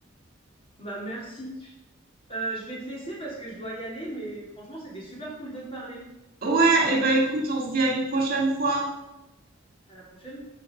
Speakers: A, on the left; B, on the right.
A: Bah merci. Euh, je vais te laisser parce que je dois y aller, mais franchement, c'était super cool de te parler.
B: Ouais, et ben écoute, on se dit à une prochaine fois.
A: À la prochaine.